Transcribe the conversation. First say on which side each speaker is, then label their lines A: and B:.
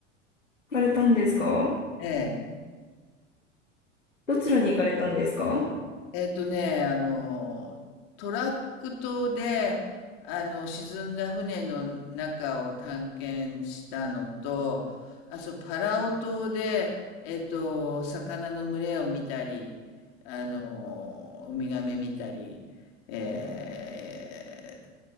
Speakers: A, on the left; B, on the left.
A: かれたんですか
B: ええ。
A: どちらに行かれたんですかは
B: えっとね、あの、トラック島で、あの、沈んだ船の中を探検したのと、あ、そう、パラオ島で、えっと、魚の群れを見たり、あの、ウミガメ見たり、えーっ